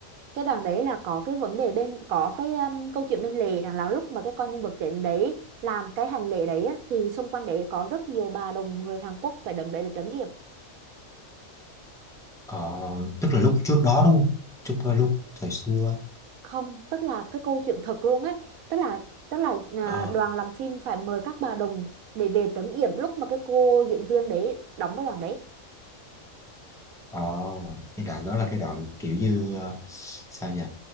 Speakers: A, on the right; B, in the centre.
A: cái đoàn đấy là có cái vấn đề bên có cái um, câu chuyện bên lề rằng là lúc mà cái con nhân vật chính đấy làm cái hành lễ đấy á, thì xung quanh đấy có rất nhiều bà đồng người Hàn Quốc phải đấm để được trấn yểm
B: ờ, tức là lúc trước đó đúng không trước ờ, lúc thời xưa
A: không tức là cái câu chuyện thật luôn á tức là tức là à,
B: ờ
A: đoàn làm phim phải mời các bà đồng để về trấn yểm lúc mà cái cô diễn viên để đóng cái đoàn đấy
B: ờ cái đoạn đó là cái đoạn kiểu như ờ, sao nhỉ